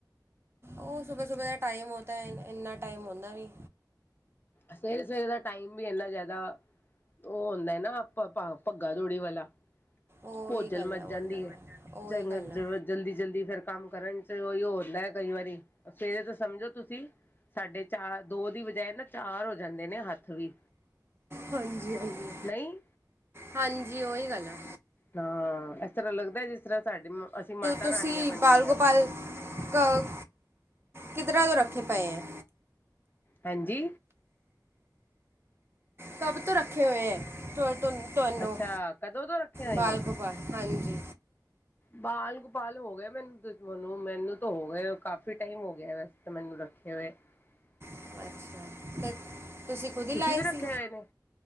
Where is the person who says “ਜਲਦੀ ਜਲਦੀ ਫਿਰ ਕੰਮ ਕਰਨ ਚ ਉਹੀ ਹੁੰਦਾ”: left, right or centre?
Left